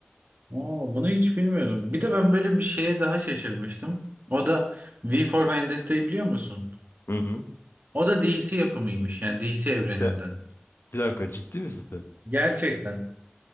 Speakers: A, on the right; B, on the left.
A: Oo, bunu hiç bilmiyordum. Bir de ben böyle bir şeye daha şaşırmıştım. O da V for Vendetta'yı biliyor musun?
B: Hı hı.
A: O da DC yapımıymış. Yani DC evreninden.
B: Sen- Bir dakika ciddi misin? sen?
A: Gerçekten.